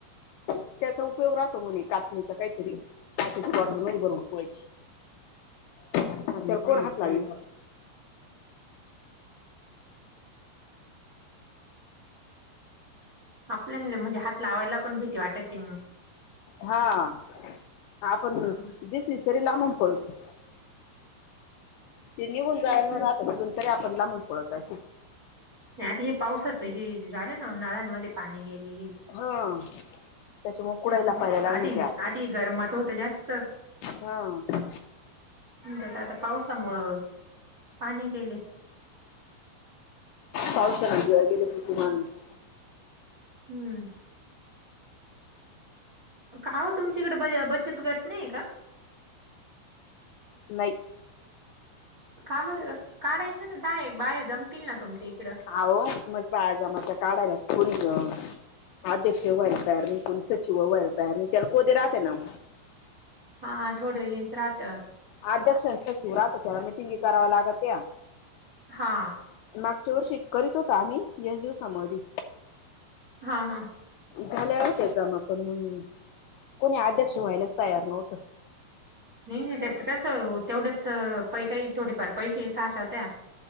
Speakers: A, on the left; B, on the right.
A: त्याचा उपयोग राहतो म्हणे कातणीचा काहीतरी. काचच्या बॉटलमध्ये बरून ठेवायची.
B: <inaudible>
A: हा त्याला कोण हात लावीन मग?
B: आपल्यांना म्हणजे हात लावायला पण भीती वाटती
A: हा. आपण
B: असं
A: दिसली तरी लांबून पळतो. ते निघून जायन
B: तेच ना
A: रात अजून तरी आपण लांबून पळतोय.
B: नाही आता हे पावसाच ये झालं ना नळांमध्ये पाणी गेले हे
A: हा. त्याच्यामुळे कुडायला
B: त्याच्यामुळं.
A: पाहायला लागले
B: आधी
A: ते आज
B: आधी गरमट होतं जास्त
A: हा
B: आणि त्यात आता पावसामुळं पाणी गेले.
A: पाऊस <unintelligible>
B: हम्म. का ओ तुमच्याकडे ब बचत गट नाहीये का?
A: नाही.
B: का बरं? काढायचं ना दहा एक बाया जमतील ना तुमच्या इकडं.
A: अहो मस्त बाया जमती काढायला कोणी ग अध्यक्ष व्हायला तयार नाही कोणी सचिव व्हायला तयार नाही. त्याला कोदे राहते ना ओ.
B: हा थोडं हेच राहत
A: अध्यक्ष आणि सचिव राहात त्याला मीटिंगी करावं लागत्या.
B: हा.
A: मागच्या वर्षी करीत होतो आम्ही ह्याच दिवसामधी
B: हा, हा.
A: झाल्या होत्या जमा, पण मंग कोणी अध्यक्ष व्हायलाच तयार नव्हतं.
B: नाही नाही त्याचं कसं हो तेवढेच पै काही थोडेफार पैसे साचत्या.